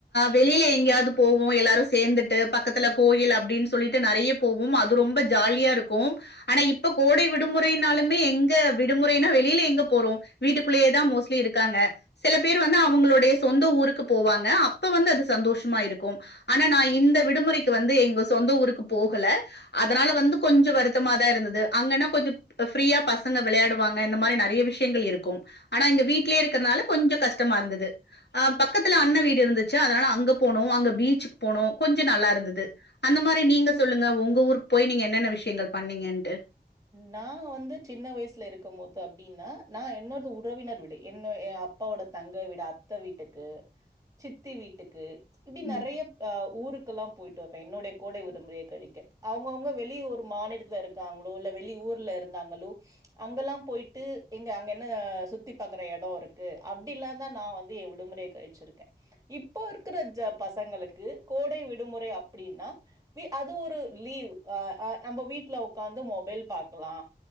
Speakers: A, on the left; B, on the right.
A: வெளியில எங்கயாவது போவோ எல்லாரு சேர்ந்துட்டு பக்கத்துல கோயில் அப்டின்னு சொல்லிட்டு நறைய போவும் அது ரொம்ப ஜாலியா இருக்கு ஆனா இப்ப கோடை விடுமுறைனாலுமே விடுமுறை வெளில எங்க போறோ வீட்டுக்குள்ளேயே தா மோஸ்டலி இருக் காங்க சில பேர் வந்து அவங்களுடைய சொந்த ஊருக்கு போவாங்க அப்ப வந்து அது சந்தோஷமா இருக்கும் ஆனா ந இந்த விடுமுறைக்கு வந்து எங்க சொந்த ஊருக்கு போகல அதனால வந்து கொஞ்ச வருத்தமா தா இருந்தது அங்கானா கொஞ்ச ஃப்ரீயா பசங்க விளையாடுவாங்க இந்த மாரி நறைய விஷயங்கள் இருக்கு ஆனாங்க வீட்டு வீட்லயே இருக்கறனால கொஞ்ச கஷ்டமா இருந்தது அஹ் பக்கத்துல அண்ணன் வீடு இருந்துச்சு அதனால அங்க போனோ அங்க பீச்சுக்கு போனோ கொஞ்ச நல்லா இருந்தது அந்த மாரி நீங்க சொல்லுங்க உங்க ஊருக்கு போய் நீங்க என்னென்ன விஷயங்கள் பண்ணீங்கன்ட்டு
B: நா வந்து சின்ன வயசுல இருக்கு போது அப்டின்னா நா என்னொரு உறவினர் விடு என்ன என் அப்பாவோட தங்க விட அத்த வீட்டுக்கு சித்தி வீட்டுக்கு இப்டி
A: ம்,
B: நறைய ஹ ஊருக்கு எல்லா போய்ட்டோ அப்போ என்னுடைய கோடை விடுமுறையை கழிக்க அவங்கவுங்க வெளிய ஒரு மாநிலத்தில இருக்காங்க <unintelligible> வெளி ஊர்ல இருந்தாங்களோ அங்கல்லா போயட்டுங்க அங்க என் சுத்தி பாற இடம் இருக்கு அப்டில்லா தா நா வந்து விடுமுறை கழிச்சுருக்க இப்ப இருக்கிற பசங்களுக்கு கோடை விடுமுறை அப்டின்னா அது ஒரு லீவ் ஹ ஹ நம்ம வீட்டுல உகந்து மொபைல் பாக்கலா